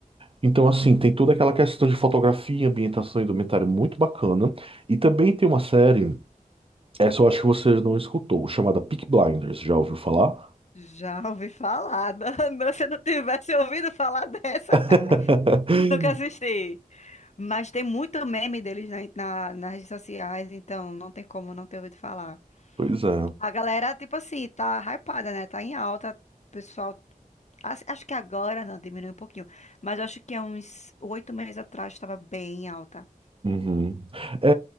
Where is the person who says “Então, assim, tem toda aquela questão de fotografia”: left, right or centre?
Right